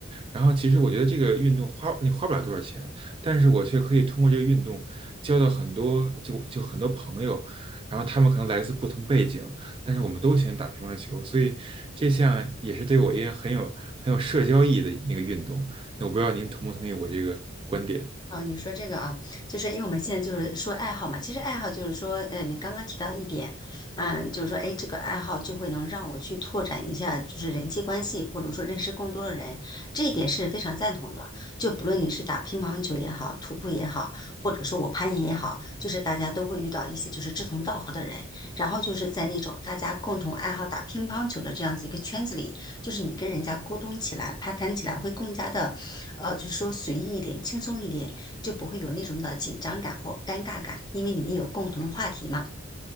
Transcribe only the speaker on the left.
哦，你说这个啊，就是因为我们现在就是说爱好嘛，其实爱好就是说，呃，你刚刚提到一点，嗯，就是说，哎，这个爱好就会能让我去拓展一下，就是人际关系，或者说认识更多的人，这一点是非常赞同的。就不论你是打乒乓球也好，徒步也好，或者说我攀岩也好，就是大家都会遇到一些就是志同道合的人，然后就是在那种大家共同爱好打乒乓球的这样子一个圈子里，就是你跟人家沟通起来、攀谈起来会更加的，呃，就是说随意一点、轻松一点。就不会有那种的紧张感或尴尬感，因为你们有共同的话题嘛。